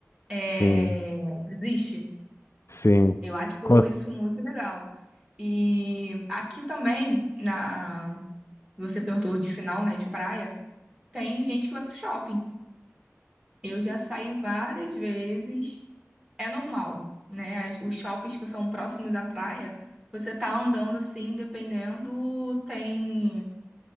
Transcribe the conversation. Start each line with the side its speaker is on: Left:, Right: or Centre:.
Right: é,
Left: Sim,
Right: desiste.
Left: sim.
Right: Eu acho
Left: Co-
Right: isso muito legal. E aqui também, na você perguntou de final, né, de praia, tem gente que vai pro shopping. Eu já saí várias vezes. É normal, né? As- Os shoppings que são próximos à praia, você tá andando assim, dependendo, tem